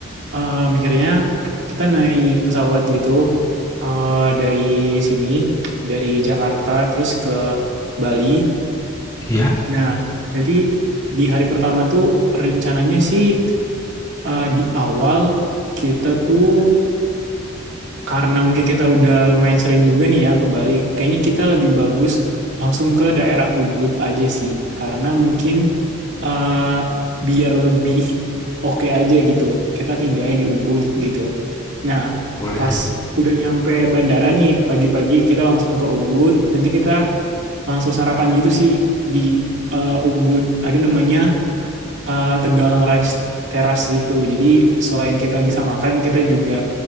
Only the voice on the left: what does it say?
iya.
Boleh
tuh.